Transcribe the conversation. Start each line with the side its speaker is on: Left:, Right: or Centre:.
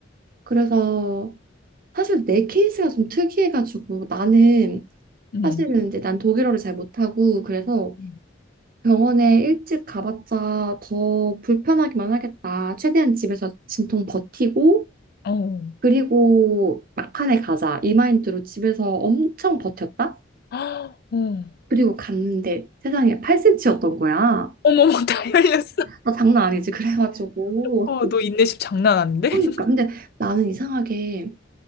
Right: 그래서 사실 내 케이스가 좀 특이해 가지고 나는
Left: 음.
Right: 사실은 이제 난 독일어를 잘 못하고 그래서
Left: 음.
Right: 병원에 일찍 가봤자 더 불편하기만 하겠다. 최대한 집에서 진통 버티고
Left: 어.
Right: 그리고 막판에 가자 이 마인드로 집에서 엄청 버텼다.
Left: 아, 어.
Right: 그리고 갔는데 세상에 8cm였던 거야.
Left: 어머머, 다 열렸어.
Right: 나 장난 아니지. 그래가지고
Left: 어, 너 인내심 장난 아닌데?
Right: 그러니까
Left: <laughs>
Right: 근데 나는 이상하게